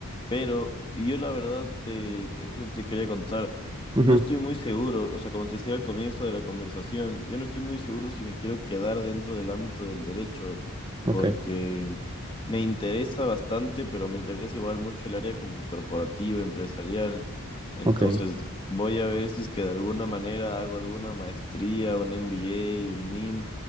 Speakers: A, on the left (about 20°); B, on the right (about 20°).
A: Pero yo la verdad te, te- justo te quería contar, no
B: Ujú,
A: estoy muy seguro, o sea, como te decía al comienzo de la conversación, yo no estoy muy seguro si me quiero quedar dentro del ámbito del derecho,
B: Ok,
A: porque me interesa bastante, pero me interesa igual mucho el área como que corporativa, empresarial. Entonces
B: ok,
A: voy a ver si es que de alguna manera hago alguna maestría, un MBA, un MIM